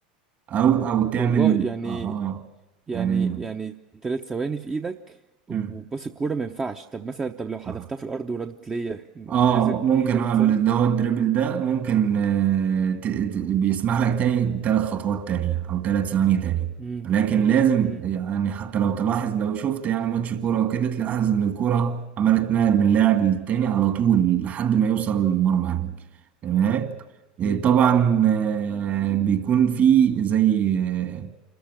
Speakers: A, on the right; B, on the right.
A: او او تعمل
B: والله يعني
A: اه, آه.
B: يعني
A: يعني
B: يعني ثلاث ثواني في ايدك وباص
A: مم.
B: الكوره ما ينفعش طب مثلا طب لو حذفتها
A: آه.
B: في الارض وردت ليا ما
A: اه
B: تتحسب
A: ممكن
B: دي ثلاث
A: اه اللي
B: ثواني
A: هو الدريبل ده ممكن آه، ت- ت- بيسمح لك تاني ثلاث خطوات تانية او ثلاث ثواني تانية
B: امم
A: لكن لازم
B: امم
A: يعني حتى لو تلاحظ لو شفت يعني ماتش كورة وكده تلاحظ ان الكورة عمالة تنقل من لاعب للتاني على طول لحد ما يوصل للمرمى هناك تمام آه،
B: امم
A: طبعا آه، بيكون في زي آه،